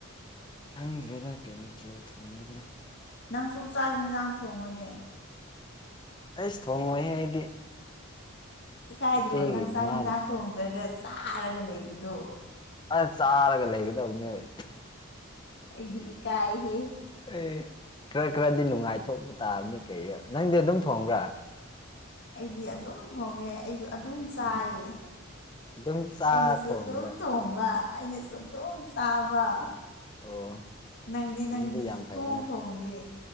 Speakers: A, on the left; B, on the left.
A: ꯈꯪꯗ꯭ꯔꯦꯗ ꯀꯩ ꯃꯊꯦꯜ ꯊꯣꯡꯒꯗ꯭ꯔꯥ
B: ꯅꯪꯁꯨ ꯆꯥꯛ ꯏꯟꯁꯥꯡ ꯊꯣꯡꯉꯨꯅꯦ
A: ꯑꯩꯁ ꯊꯣꯡꯉꯣꯏꯍꯦ ꯑꯩꯗꯤ
B: ꯏꯀꯥꯏꯗ꯭ꯔꯣ
A: ꯏꯆꯦꯒ
B: ꯅꯪ ꯆꯥꯛ
A: ꯏꯃꯥꯅ
B: ꯌꯦꯟꯁꯥꯡ ꯊꯣꯡꯗ꯭ꯔꯒ ꯆꯥꯔꯒ ꯂꯩꯕꯗꯨ
A: ꯑꯁ ꯆꯥꯔꯒ ꯂꯩꯒꯗꯕꯅꯦꯕ
B: ꯑꯩꯗꯤ ꯏꯀꯥꯏꯍꯦ
A: ꯑꯦ ꯈꯔ ꯈꯔꯗꯤ ꯅꯨꯡꯉꯥꯏꯊꯣꯛꯄ ꯇꯥꯕꯅꯤ ꯀꯩꯔ ꯅꯪꯗꯤ ꯑꯗꯨꯝ ꯊꯣꯡꯕ꯭ꯔꯥ
B: ꯑꯩꯗꯤ ꯑꯗꯨꯝ ꯊꯣꯡꯉꯦ ꯑꯩꯁꯨ ꯑꯗꯨꯝ ꯆꯥꯏꯌꯦ
A: ꯎꯝ ꯑꯗꯨꯝ ꯆꯥ
B: ꯑꯩꯅꯁꯨ
A: ꯊꯣꯡꯕ꯭ꯔꯥ
B: ꯑꯗꯨꯝ ꯊꯣꯡꯕ ꯑꯩꯅꯁꯨ ꯑꯗꯨꯝ ꯆꯥꯕ
A: ꯑꯣ
B: ꯅꯪꯗꯤ
A: ꯑꯗꯨꯗꯤ
B: ꯅꯪꯗꯤ
A: ꯌꯥꯝ
B: ꯁꯨꯛꯊꯣꯡ
A: ꯐꯩꯅ
B: ꯊꯣꯡꯗꯦ